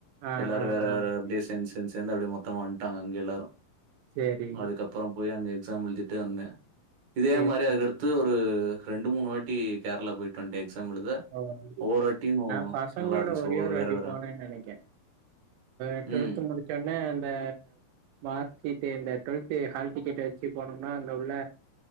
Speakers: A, on the right; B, on the right.
A: ஆ
B: எல்லாரு
A: ஆ
B: வேற
A: ஆ
B: வேற பிளேஸ் சேர்ந்து சேர்ந்து அப்பிடியே மொத்தமா வந்ட்டாங்க அங்க எல்லாரூ
A: சேரி
B: அதுக்கப் புறோ போயி அங்க எக்ஸாம் எழுதிட்டு வந்தே இதே
A: சேரி
B: மாரி
A: சேரி
B: அதுக்கடுத்து
A: சேரி
B: ஒரு ரெண்டு மூணு வாட்டி கேரளா போயிட்டு வண்டே எக்ஸாம் எழுத
A: ஓ
B: ஒவ்வொரு வாட்டியும்
A: நா பசங்களோட
B: நல்லா இருந்துச்சு.
A: ஒரே
B: ஒவ்வொரு
A: ஒரு வாட்டி
B: வேற வேற.
A: போனேன்னு நெனைக்கோ இப்ப
B: ம்,
A: டுவெல்த் முடிச்சோனே அந்த மார்க் சீட்டு இந்த டுவெல்த் ஹால் டிக்கெட் வச்சு போனோம்னா அங்க உள்ள